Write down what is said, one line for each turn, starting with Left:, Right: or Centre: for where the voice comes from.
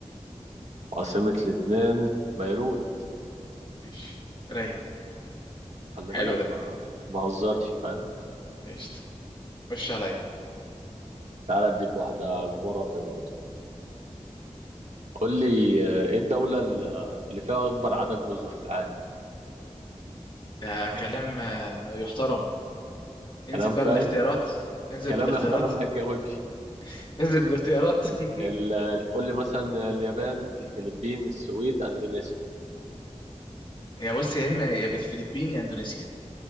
Right: عاصمة لبنان بيروت
Left: ماشي رايق
Right: خلي
Left: حلو
Right: بالك
Left: ده
Right: ما بهزرش فاهم
Left: ماشي خش عليا
Right: تعال اديك واحدة جغرافيا برضه قول لي آه، ايه الدولة اللي اللي فيها اكبر عدد جزر في العالم
Left: ده كلام آه، يحترم انزل
Right: كلام
Left: بقى
Right: فاهم
Left: بالاختيارات انزل
Right: كلام
Left: بالاختيارات
Right: يحترم ما يتجاوبش
Left: <laughs> انزل بالاختيارات <laughs>
Right: ال- ال- قول لي مثلا اليابان الفلبين السويد اندونيسيا
Left: يا بص يا اما يا بالفلبين يا اندونيسيا